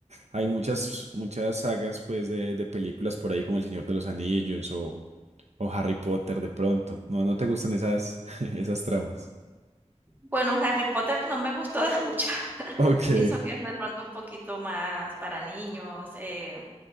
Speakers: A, on the right; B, on the right.
A: Hay muchas, muchas sagas pues de, de películas por ahí como El Señor de los Anillos o, o Harry Potter de pronto. No, no te gustan esas, <laughs> esas tramas.
B: Bueno, Harry Potter no me gustó de mucho. <laughs>
A: Ok,
B: Pienso que es de pronto un poquito más para niños. Eh,